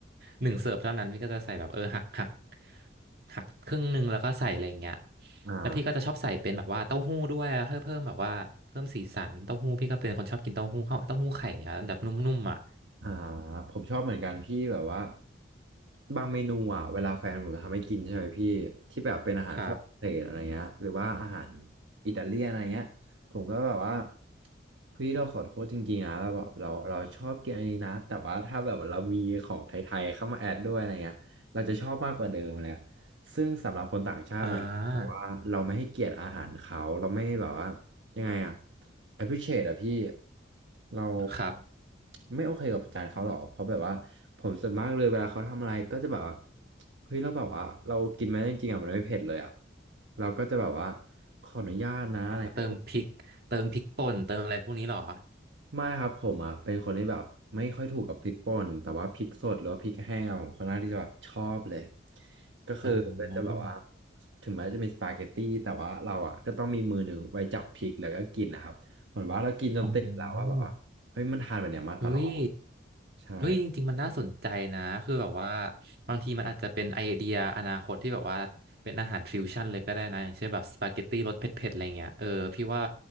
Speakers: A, on the right (about 55°); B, on the right (about 80°).
A: หนึ่งเสิร์ฟเท่านั้นพี่ก็จะใส่แบบเออหักหักหักครึ่งหนึ่งแล้วก็ใส่อะไรอย่างเงี้ย
B: อ่า
A: แล้วพี่ก็จะชอบใส่เป็นแบบว่าเต้าหู้ด้วยเพื่อเพิ่มแบบว่าเพิ่มสีสันเต้าหู้พี่ก็เป็นคนชอบกินเต้าหู้เข้าเต้าหู้ไข่อย่างเงี้ยแบบนุ่มๆอ่ะ
B: อ่าผมชอบเหมือนกันพี่แบบว่าบางเมนูอ่ะเวลาแฟนผมทำให้กินใช่ไหมพี่ที่แบบเป็นอาหารฝรั่งเศสอะไรเงี้ยหรือว่าอาหาร
A: ครับ
B: อิตาเลียนอะไรเงี้ยผมก็แบบว่าพี่เราขอโทษจริงๆนะเราแบบเราเราชอบกินอันนี้นะแต่ว่าถ้าแบบเรามีของไทยๆเข้ามาแอดด้วยอะไรเงี้ยเราจะชอบมากกว่าเดิมเลย ซึ่งสำหรับคนต่างชาติมันบอกว่าเราไม่ให้เกียรติอาหารเขาเราไม่แบบว่า
A: อ่า
B: ยังไงอะ appreciate อะพี่เรา
A: ครับ
B: ไม่โอเคกับจานเขาหรอเพราะแบบว่าผมส่วนมากเลยเวลาเขาทำอะไรก็จะแบบว่าเฮ้ยเราแบบว่าเรากินไหมจริงๆอะมันไม่เผ็ดเลยอะเราก็จะแบบว่าขออนุญาตนะอะไรเงี้ย
A: อ่าเติมพริกเติมพริกป่นเติมอะไรพวกนี้เหรอ
B: ไม่ครับผมอ่ะเป็นคนที่แบบไม่ค่อยถูกกับพริกป่นแต่ว่าพริกสดหรือว่าพริกแห้งอะผมค่อนข้างที่จะแบบชอบเลยก็คือก็จะแบบว่า
A: อ๋อ
B: ถึงแม้จะมีสปาเกตตี้แต่ว่าเราอ่ะก็ต้องมีมือหนึ่งไว้จับพริกแล้วก็กินนะครับเหมือนว่าเรากินจนติดแล้วว่าแบบว่าเฮ้ยมันทานแบบเนี้ยมาตลอด
A: อ๋อเฮ้ย
B: ใช่
A: เฮ้ย จริงๆ มันน่าสนใจนะ คือแบบว่าบางทีมันอาจจะเป็นไอเดียอนาคตที่แบบว่าเป็นอาหารฟิวชั่นเลยก็ได้นะอย่างเช่นแบบสปาเกตตี้รสเผ็ดๆ อะไรเงี้ยเออพี่ว่า